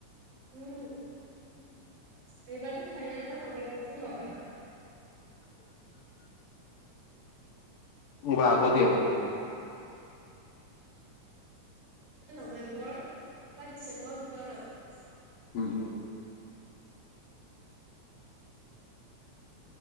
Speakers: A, on the right (about 75°); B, on the left (about 55°).
A: উম, এইবাৰ যেন ফাইনেল আমাৰ নৱেম্বৰতে হ'ব পাৰে।
B: <unintelligible> বা, আগতিয়া মানে?
A: নৱেম্বৰ বা ডিচেম্বৰৰ ভিতৰত আৰু।
B: উম, উম,